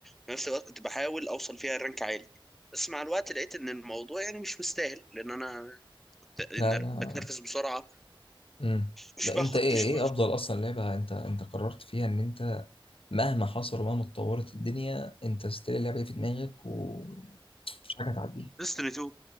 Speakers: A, in the centre; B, on the left (about 85°).
A: في نفس الوقت كنت بحاول أوصل فيها رانك عالي بس مع الوقت لقيت إن الموضوع يعني مش مستاهل لأن أنا كنت- إن
B: لا لا
A: بتنفس بسرعة
B: امم
A: مش
B: لا
A: باخد
B: أنت إيه
A: مش
B: إيه أفضل أصلا لعبة أنت أنت قررت فيها إن أنت مهما حصل ومهما اتطورت الدنيا أنت ستيل اللعبة دي في دماغك ومفيش حاجة هتعديها
A: ديستني 2